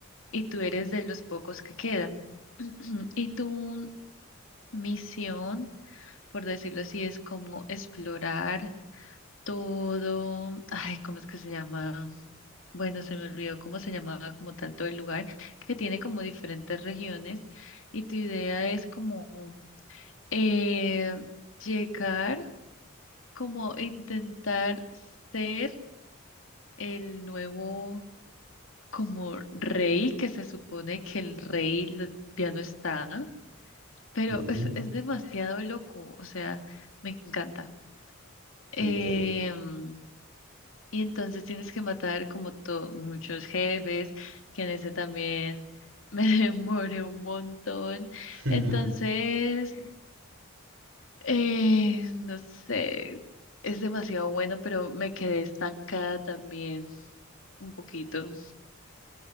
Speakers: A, on the left (about 65°); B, on the right (about 70°).
A: y tú eres de los pocos que quedan. <clears throat> Y tu misión, por decirlo así, es como explorar todo, ay, ¿cómo es que se llama? Bueno, se me olvidó cómo se llamaba como tal todo el lugar, que tiene como diferentes regiones y tu idea es como eh, llegar, como intentar ser el nuevo como rey, que se supone que el rey lo- ya no está, pero
B: Ujú,
A: es, es demasiado loco, o sea, me encanta. Em,
B: Ok.
A: Y entonces tienes que matar como todo, muchos jefes, que en ese también me <laughs> demoré un montón.
B: <laughs>
A: Entonces, eh, no sé, es demasiado bueno, pero me quedé estancada también un poquito.